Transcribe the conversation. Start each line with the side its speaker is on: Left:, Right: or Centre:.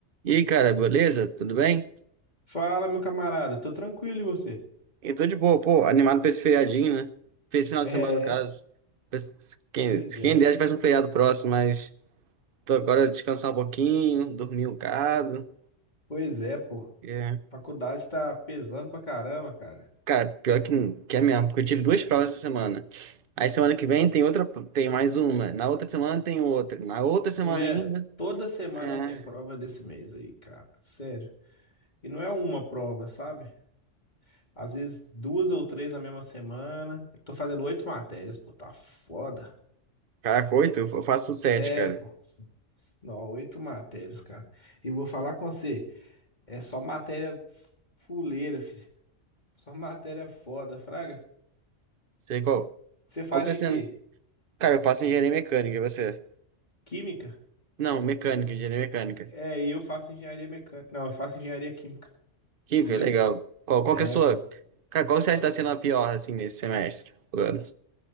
Right: E aí, cara, beleza? Tudo bem?
Left: Fala, meu camarada, tô tranquilo e você?
Right: Eu tô de boa, pô, animado pra esse feriadinho, né? Pra esse final
Left: É,
Right: de semana, no caso. Quem,
Left: pois
Right: quem
Left: é,
Right: der, faz um feriado próximo, mas tô agora descansar um pouquinho, dormir um bocado.
Left: pois é, pô.
Right: É.
Left: Faculdade tá pesando pra caramba, cara.
Right: Cara, pior que, que é mesmo, porque eu tive duas provas essa semana. Aí semana que vem tem outra, tem mais uma. Na outra semana tem outra. Na outra semana
Left: E é,
Right: ainda.
Left: toda semana
Right: É.
Left: eu tenho prova desse mês aí, cara. Sério. E não é uma prova, sabe? Às vezes duas ou três na mesma semana. Eu tô fazendo oito matérias, pô, tá foda.
Right: Caraca, oito, eu faço sete,
Left: É,
Right: cara.
Left: pô. Não, oito matérias, cara. E vou falar com você, é só matéria f- fuleira, filho. Só matéria foda, fraga.
Right: Sei qual.
Left: Você faz
Right: Qual que
Left: de
Right: é sendo?
Left: quê?
Right: Cara, eu faço engenharia mecânica, e você?
Left: Química?
Right: Não, mecânica, engenharia mecânica.
Left: É, e eu faço engenharia mecânica. Não, eu faço engenharia química,
Right: Que
Left: entendeu?
Right: que legal. Qual, qual
Left: É,
Right: que é a sua.
Left: pô.
Right: Cara, qual você acha que tá sendo a pior, assim, nesse semestre? do ano?